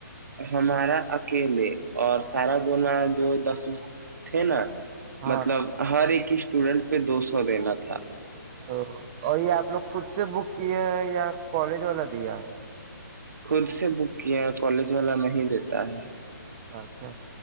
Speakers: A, on the right; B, on the right.
A: ہمارا اکیلے اور سارا گنا جو دس تھے نا
B: ہاں
A: مطلب ہر ایک اسٹوڈنٹ پہ دوستو س دینا تھا
B: تو اور یہ آپ لوگ خود سے بک کیے ہے یا کالج والا دیا
A: خود سے بک کیا کالج والا نہیں دیتا ہے
B: اچھا